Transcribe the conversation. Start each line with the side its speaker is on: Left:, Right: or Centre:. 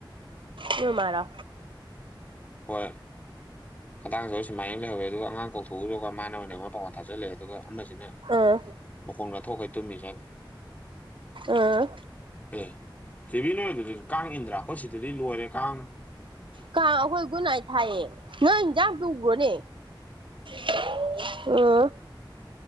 Right: ꯅꯣꯏ ꯃꯥꯔꯣ
Left: ꯍꯣꯏ ꯈꯗꯥꯡꯁꯨ ꯁꯨꯃꯥꯏꯅ ꯂꯩꯍꯧꯋꯦ ꯑꯗꯨꯒ ꯑꯉꯥꯡ ꯀꯧꯊꯣꯛꯎꯔꯒ ꯃꯥꯅ ꯑꯣꯏꯅ ꯑꯩꯉꯣꯟꯗ ꯄꯥꯎꯈꯣꯟ ꯊꯥꯆꯜꯂꯑꯦ ꯑꯗꯨꯒ ꯑꯃꯁꯤꯅ
Right: ꯑꯥ
Left: ꯃꯈꯣꯡ ꯂꯥꯎꯊꯣꯛꯈꯩ ꯇꯨꯝꯃꯤꯁꯦ ꯍꯥꯏꯕ
Right: ꯑꯥ
Left: ꯑꯦ ꯇꯤꯚꯤ ꯅꯨꯡꯉꯥꯏꯇ꯭ꯔꯗꯤ ꯀꯥꯡ ꯏꯟꯗ꯭ꯔꯥ ꯑꯈꯣꯏ ꯁꯤꯗꯗꯤ ꯂꯣꯏꯔꯦ ꯀꯥꯡꯅ
Right: ꯀꯥꯡ ꯑꯩꯈꯣꯏ ꯒꯨꯠꯅꯥꯥꯏꯠ ꯊꯥꯏꯌꯦ ꯅꯣꯏ ꯏꯟꯖꯥꯡ ꯄꯨꯒ꯭ꯔꯣꯅꯦ <unintelligible> ꯎꯝ